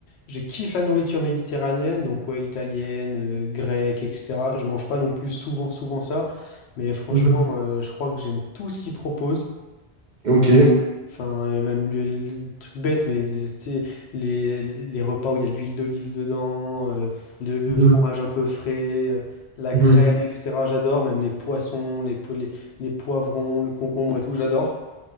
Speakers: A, on the left; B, on the right.
A: je kiffe la nourriture méditerranéenne, donc ouais, italienne, euh, grecque, etc. Je mange pas non plus souvent, souvent ça, mais franchement,
B: Mhm.
A: euh, je crois que j'aime tout ce qu'ils proposent.
B: Ok.
A: Enfin, euh, même le, le truc bête, mais tu sais, les, les repas où il y a de l'huile d'olive dedans, euh, le, le
B: Mhm.
A: fromage un peu frais, euh, la crème,
B: Mhm.
A: etc. J'adore, même les poissons, les, po- les, les poivrons, le concombre et tout, j'adore.